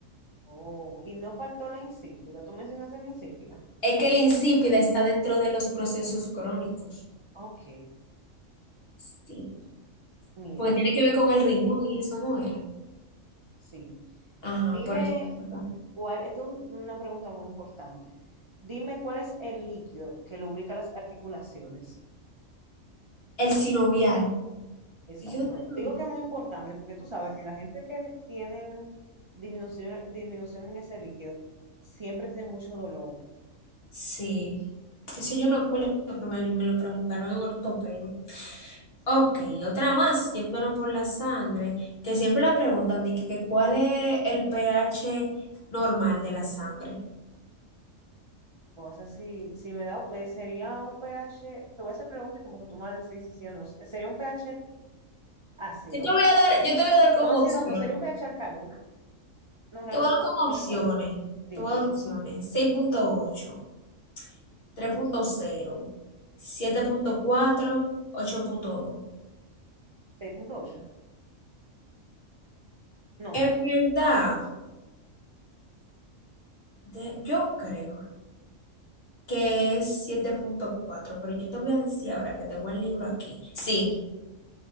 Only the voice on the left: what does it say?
Es que la insípida está dentro de los procesos crónicos,
sí,
porque tiene que ver con el riñón y eso no era.
Ajá,
por eso. ¿verdad?
El sinovial.
¿Y qué es el sinovial?
Sí,
eso yo me acuerdo que me, me lo preguntaron en ortopedia. Ok, otra más, yéndonos por la sangre, que siempre la preguntan, de que, que cuál es el pH normal de la sangre.
Yo te voy a dar, yo te voy a dar como
opción,
te voy a dar
como
opciones,
te voy a dar opciones, seis punto punto punto ocho, tres punto cero, siete punto cuatro, ocho punto dos.
En verdad, de- yo creo que es siete punto cuatro pero yo te voy a decir ahora que tengo el libro aquí. Sí,